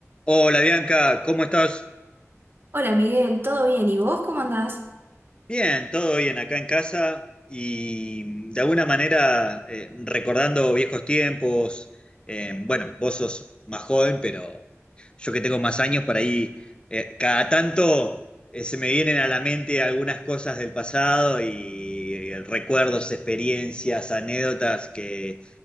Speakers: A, on the left; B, on the right.
A: Hola Bianca, ¿cómo estás?
B: Hola Miguel, ¿todo bien? ¿Y vos cómo andás?
A: Bien, todo bien acá en casa y de alguna manera eh, recordando viejos tiempos. eh, bueno, vos sos más joven, pero yo que tengo más años por ahí, eh, cada tanto eh, se me vienen a la mente algunas cosas del pasado y eh, recuerdos, experiencias, anécdotas que